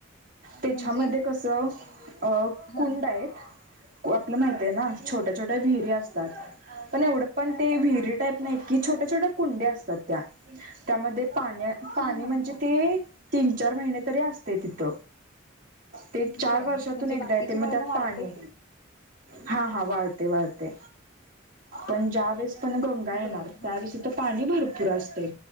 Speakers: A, on the right; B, on the left.
A: तेच्यामध्ये
B: म्हणजे
A: कस अ
B: हा
A: कुंड आहेत आपलं माहिती हे ना छोट्या छोट्या विहिरी असतात पण एवढ पण ते वीही त्यात नाही की छोट्या छोट्या कुंड्या असतात त्या त्यामध्ये पाण्या पाणी
B: हा हा
A: म्हणजे
B: हा
A: ते
B: हा
A: तीन चार महिने तरी आसतंय तिथ. ते
B: बरं
A: चार वर्षातून
B: म्हणजे
A: एकदा
B: बाकीच्या
A: येते म
B: वेळेला
A: त्यात
B: वाळतंय
A: पाणी
B: ते.
A: हा हा वाळते वाळतो पण ज्यावेळेस पण गाय येणार
B: बरं
A: त्यादिवशी
B: हं
A: त पाणी भरपूर आसतय